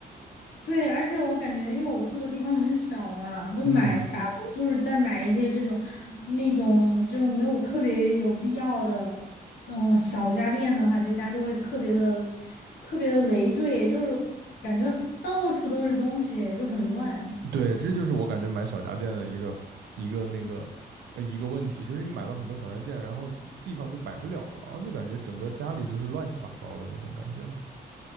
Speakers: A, on the left; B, on the right.
A: 对，而且我感觉，因为我住的地方很小嘛，就买，
B: 嗯，
A: 假如就是再买一些这种、那种、这种没有特别有必要的，嗯，小家电的话，在家就会特别的、特别的累赘，就是感觉很到处都是东西，就很乱。
B: 对，这就是我感觉买小家电的一个一个那个呃一个问题，就是你买了很多小家电，然后地方就摆不了了，就感觉整个家里就是乱七八糟的那种感觉啊。